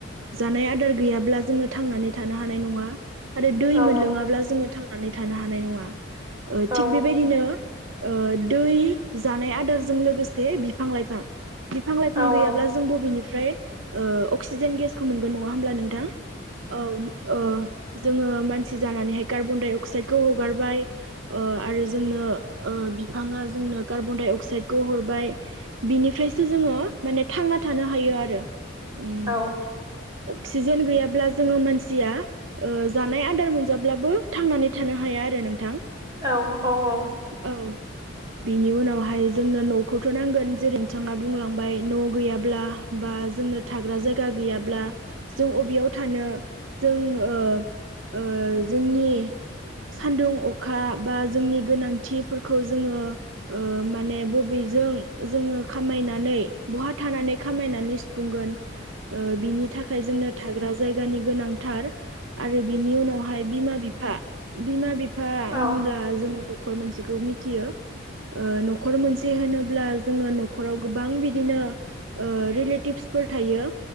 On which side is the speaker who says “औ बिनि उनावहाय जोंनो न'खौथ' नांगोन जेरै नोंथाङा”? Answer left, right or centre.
Right